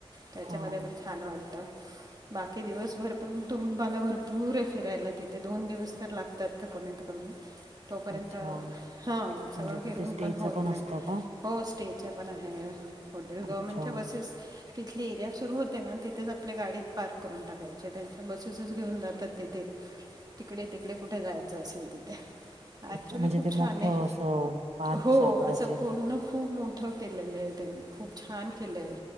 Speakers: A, on the right (about 40°); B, on the right (about 85°).
A: त्याच्यामध्ये
B: हा
A: पण छान वाटतं बाकी दिवसभर पण तुंबा्ला भरपूर आहे फिरायला तिथे दोन दिवस तर लागतात तर कमीत कमी तोपर्यंत
B: अच्छा
A: हां
B: म्हणजे
A: सगळं फिरून
B: तिथे स्टेचं
A: पण होत नाही
B: असतं का
A: हो स्टेचर पण आहे. हॉटेल गव्हर्नमेंटच्या
B: अच्छा
A: बसेस तिथली एरिया सुरू होते ना तिथेच आपल्या गाडीत पार्क करून टाकायचे त्यांच्या बसेसच घेऊन जातात तिथे तिकडे तिकडे कुठे जायचं असेल तिथे. ऍक्च्युली
B: अच्छा म्हणजे
A: खूप
B: ते मोठं
A: छान आहे.
B: असं पार्क
A: हो
B: सारखं
A: असं
B: असेल
A: पूर्ण खूप मोठं केलेलं आहे त्यांनी. खूप छान केलंय.